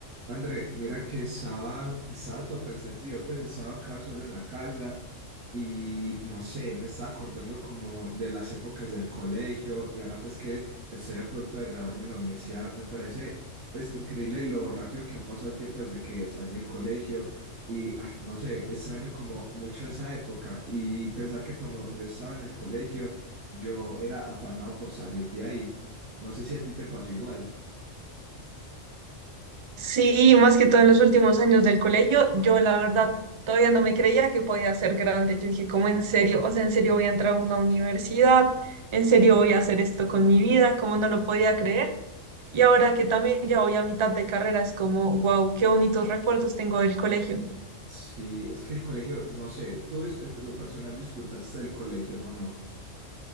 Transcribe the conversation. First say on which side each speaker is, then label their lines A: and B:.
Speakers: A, on the right; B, on the right.
A: André, mira que estaba, estaba todo pensativo, pues estaba acá solo en la casa y no sé, me estaba acordando como de las épocas del colegio y ahora pues que estoy a punto de graduarme en la universidad, me parece pues increíble lo rápido que ha pasado el tiempo desde que salí del colegio y ah, no sé, extraño como mucho esa época y pensar que cuando yo estaba en el colegio yo era afanado por salir de ahí. No sé si a ti te pasó igual.
B: Sí, más que todo en los últimos años del colegio, yo la verdad todavía no me creía que podía ser grande. Yo dije, ¿cómo en serio? O sea, ¿en serio voy a entrar a una universidad? ¿En serio voy a hacer esto con mi vida? ¿Cómo no lo podía creer? Y ahora que también ya voy a mitad de carrera, es como, wow, qué bonitos recuerdos tengo del colegio.
A: Sí, es que el colegio, no sé, ¿tú es, en lo personal disfrutaste del colegio o no? <laughs>